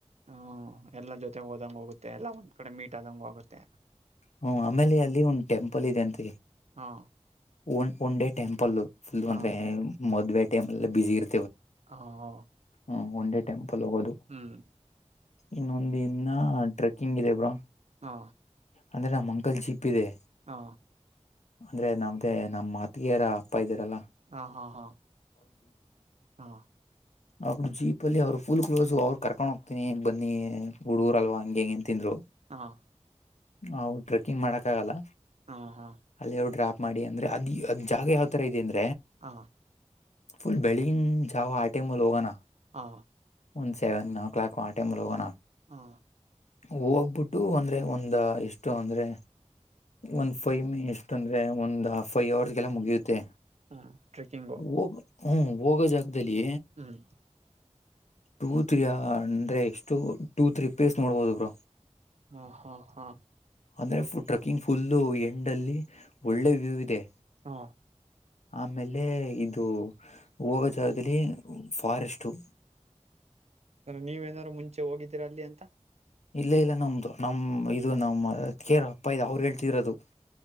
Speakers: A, on the right; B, on the left.
A: ಹ್ಮ ಎಲ್ಲ ಜೊತೆ ಹೋದಂಗ ಹೋಗುತ್ತೆ ಎಲ್ಲ ಒಂದ್ ಕಡೆ ಮೀಟ್ ಆದಂಗ ಹೋಗುತ್ತೆ
B: ಹ್ಮ ಆಮೇಲೆ ಅಲ್ಲಿ ಒಂದ ಟೆಂಪಲ್ ಇದೆ ಅಂತ
A: ಹಾ
B: ಒ ಒಂದೇ ಟೆಂಪಲ್ ಫುಲ್
A: ಹಾ
B: ಅಂದ್ರೆ ಮದ್ವೆ ಟೈಪ ಎಲ್ಲ ಬಿಸಿಿ ಇರ್ತ್ತ
A: ಹಾ ಹ
B: ಹ್ಮ ಒಂಡೆ ಟೆಂಪಲ್ ಹೋಗೋದು
A: ಹ್ಮ್
B: ಇನ್ನೊಂದಿನ ಟ್ರೆಕ್ಕಿಂಗ್ ಇದೆ ಬ್ರಾ
A: ಹಾ
B: ಅಂದ್ರೆ ನಮ್ಮ ಅಂಕಲ್ ಜಿಪ್ ಇದೆ
A: ಹಾ
B: ಅಂದ್ರೆ ನಮ್ದೇ ನಮ್ಮ್ ಮಾತಿಯರ ಅಪ್ಪ ಇದೀರಲ್ಲ
A: ಹಾ ಹಾ ಹಾ ಹಾ
B: ಅವ್ರ ಜೀಪ ಅಲ್ಲಿ ಅವರು ಫುಲ್ ಕ್ಲೋಸ್ ಅವ್ರು ಕರ್ಕೊಂಡ್ ಹೋಗ್ತೀನಿ ಬನ್ನಿ ಹುಡುೂರ್ ಅಲ್ವ ಹಂಗೆ ಹಂಗ ತಿಂದ್ರು
A: ಹಾ
B: ನವು ಟ್ರೆಕ್ಕಿಂಗ್ ಮಾಡಕ ಆಗಲ್ಲ
A: ಹಾ ಹಾ
B: ಅಲ್ಲಿ ಅವ್ರು ಡ್ರಾಪ್ ಮಾಡಿ ಅಂದ್ರೆ ಅದು ಅ ಜಾಗ ಯಾವ ತರ ಇದೆ ಅಂದ್ರೆ
A: ಹಾ
B: ಫುಲ್ ಬೆಳಿನ ಜಾವ ಆಟೆ ಮೂಲ್ ಹೋಗೋಣ
A: ಹಾ
B: ಒಂದು ಸೆವೆನ್ ಓ ಕ್ಲಾಕ್ ಆ ಟೈಮ ಲ ಹೋಗೋಣ
A: ಹಾ
B: ಹೋಗ್ಬಿಟ್ಟು ಅಂದ್ರೆ ಒಂದ ಎಷ್ಟು ಅಂದ್ರೆ ಒಂದ್ ಫೈವ್ ಮೇ ಎಷ್ಟ ಅಂದ್ರೆ ಒಂದ್್ ಫೈ್ ಅವರ್ಗೆಲ್ಲ ಮುಗಿಯುತ್ತೆ
A: ಹಾ ಟ್ರೆಕ್ಕಿಂಗ್ ಬು
B: ಹೋಗ ಹ್ಮ್ ಹೋಗೋ ಜಾಗದಲ್ಲಿ
A: ಹ್ಮ್
B: ಟೂ ತ್ರೀ ಅಂದ್ರೆ ಎಷ್ಟು ಟೂ ತ್ರೀ ಪ್ಲೇಸ್ ನೋಡ್ಬೋದು ಬ್ರ
A: ಹ್ಮ ಹ್ಮ ಹ್ಮ್
B: ಅಂದರೆ ಫು ಟ್ರಕ್ಕಿಂಗ್ ಫುಲ್ಲು ಎಂಡಲ್ಲಿ ಒಳ್ಳೆ ವ್ಯೂ ಇದೆ
A: ಹಾ
B: ಆಮೇಲೆ ಇದು ಹೋಗ ಜಾಗದಲ್ಲಿ ಫಾರೆಸ್ಟ್ು
A: ನೀವೇನಾದಾರರು ಮುಂಚೆ ಹೋಗಿದ್ದೀರಾ ಅಲ್ಲಿ ಅಂತ
B: ಇಲ್ಲ ಇಲ್ಲ ನಮ್ದು ನಮ ಇದು ನಮ್ಮ ಕೇರ್ ಅಪ್ಪ ಇದು ಅವರು ಹೇಳ್ತರೋದು